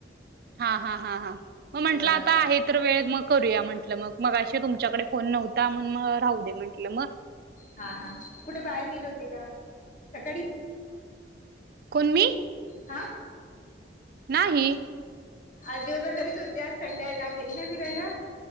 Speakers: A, on the right (about 60°); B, on the left (about 45°).
A: हा हा हा हा मग म्हंटलं
B: किंवा
A: आता आहेत तर वेळ मग करूया म्हटलं मग मग अे तुमच्याकडे फोन नव्हता मण मग राहू दे म्हटलं मग
B: हा हा कुठे बाहेर गेले होते का सकाळी
A: कोण मी
B: हा
A: नाही
B: आजी बरोबर घरीच होते आज संडे आहे ना गेल नाही फिरायला